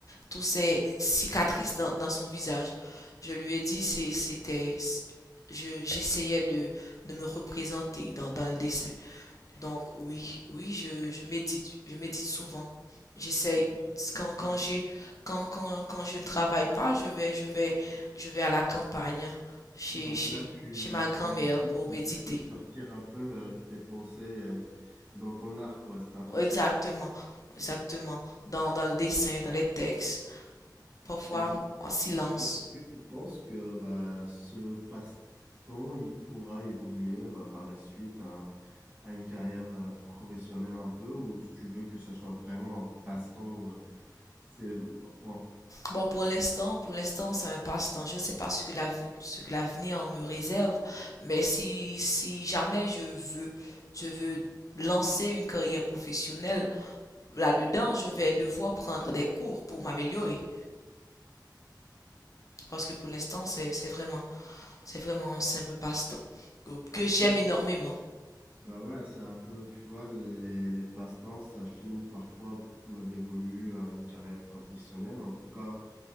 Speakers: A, on the left (about 50°); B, on the right (about 20°).
A: tous ces cicatrices dans, dans son visage? Je lui ai dit, c'est, c'était, je, j'essayais de de me représenter dans, dans le dessin. Donc oui, oui, je, je médite, je médite souvent. J'essaye
B: Donc,
A: quand quand
B: tu-
A: j'ai quand, quand quand je ne travaille pas, je vais je vais je vais à la campagne hein, chez
B: donc
A: chez
B: là, tu,
A: chez ma grand-mère
B: tu médites
A: pour méditer.
B: et tu fais sortir un peu euh, tes pensées euh, dans ton art, quoi. C'est un peu
A: Exactement,
B: ça.
A: exactement dans dans le dessin, dans les textes, parfois
B: Et du coup,
A: en silence.
B: et du coup, est-ce que tu penses que bah, ce passe-temps, il pourra évoluer bah, par la suite à, à une carrière euh, professionnelle un peu, ou si tu veux que ça soit vraiment un passe-temps ou un- c'est point.
A: Bon, pour l'instant, pour l'instant, c'est un passe-temps. Je ne sais pas ce que la, ce que l'avenir me réserve, mais si, si jamais je veux, je veux lancer une carrière professionnelle là-dedans, je vais devoir prendre des cours pour m'améliorer. Parce que pour l'instant, c'est, c'est vraiment, c'est vraiment un simple passe-temps
B: Ok.
A: que j'aime énormément.
B: Bah ouais, c'est un peu, tu vois, les, les passe-temps, ça finit parfois me dévolu à une carrière professionnelle. En tout cas,